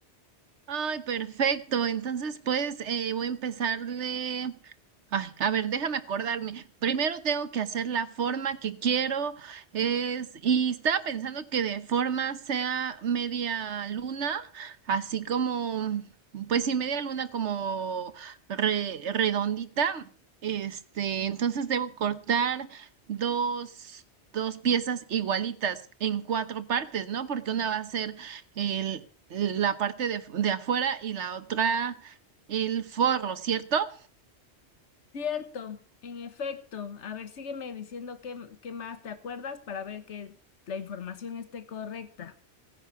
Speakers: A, on the right (about 80°); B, on the left (about 80°).
A: Ay, perfecto. Entonces, pues eh, voy a empezarle. Ay, a ver, déjame acordarme. Primero tengo que hacer la forma que quiero. Es, y estaba pensando que de forma sea media luna, así como, pues sí, media luna como re- redondita. Este, entonces debo cortar dos, dos piezas igualitas en cuatro partes, ¿no? Porque una va a ser el, la parte de, de afuera y la otra el forro, ¿cierto?
B: Cierto, en efecto. A ver, sígueme diciendo qué, qué más te acuerdas para ver que la información esté correcta.